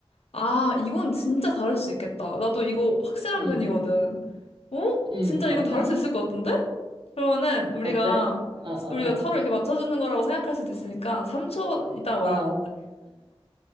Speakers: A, on the left; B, on the right.
A: 아, 이건 진짜 다를 수 있겠다. 나도 이거 확실한
B: 음,
A: 편이거든. 어?
B: 음,
A: 진짜 이건
B: 어때?
A: 다를 수 있을 것 같은데? 그러면은 우리가
B: 어때? 어, 어,
A: 우리가 서로 이렇게 맞춰주는 거라고 생각할 수도 있으니까 3초 이따
B: 어,
A: 말하자.
B: 어.